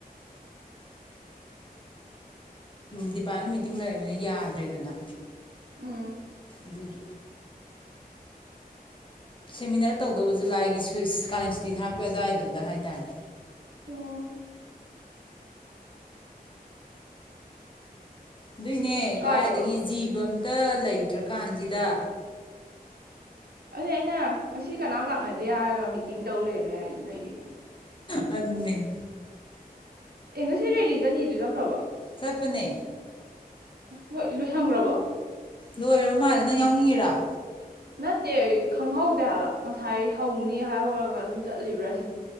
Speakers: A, on the left; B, on the right.
A: <inaudible> ꯗꯤꯄꯥꯔꯠꯃꯤ ꯇꯤꯡ ꯂꯩꯔꯃꯤꯅ ꯌꯥꯗ꯭ꯔꯦꯗꯅ
B: ꯎꯝ
A: ꯑꯗꯨꯒꯤ ꯁꯦꯃꯤꯅꯥꯔ ꯇꯧꯗꯧꯕ ꯖꯨꯂꯥꯏꯒꯤ ꯁ꯭ꯋꯁ ꯀꯥꯂꯦꯟꯁꯇꯤ ꯊꯥꯔꯛꯄꯩ ꯑꯗꯨꯋꯥꯏꯗꯨꯗ ꯍꯥꯏꯇꯥꯔꯦ
B: ꯑꯣ
A: ꯑꯗꯨꯏꯅꯦ
B: ꯀꯥꯏ
A: ꯀꯥꯏꯗꯒꯤ
B: ꯌꯧꯔꯕ
A: ꯖꯤꯕ ꯇ ꯂꯩꯇ꯭ꯔꯀꯥꯟꯁꯤꯗ
B: ꯑꯗꯨꯗꯤ ꯑꯩꯅ ꯉꯁꯤ ꯀꯅꯥꯝ ꯂꯥꯛꯅ ꯗꯦ ꯌꯥꯔꯒ ꯃꯤꯇꯤꯡ ꯇꯧ ꯂꯩꯔꯅꯦ ꯌꯥꯏ ꯅꯣꯏꯒꯤ
A: <inaudible> ꯎꯅꯦ <unintelligible>
B: ꯑꯦ ꯉꯁꯤ ꯔꯦꯜꯂꯤ ꯆꯠꯅꯤꯗꯨ ꯆꯠꯈ꯭ꯔꯕ
A: ꯆꯠꯄꯅꯦ
B: ꯃꫭꯏ ꯂꯣꯏꯁꯟꯈ꯭ꯔꯕꯣ
A: ꯂꯣꯏꯔꯕ ꯃꯥꯜꯂꯦ ꯅꯪ ꯌꯥꯎꯅꯤꯡꯉꯤꯔꫭ
B: ꯅꯠꯇꯦ ꯑꯩ ꯈꯪꯍꯧꯗꯦ ꯍꯥꯏꯕ ꯉꯁꯥꯏ ꯍꯧꯅꯤ ꯍꯥꯏꯍꯧꯔꯒ ꯑꯗꯨꯝ ꯆꯠꯂꯤꯕ꯭ꯔꯥ ꯁꯤꯅꯤ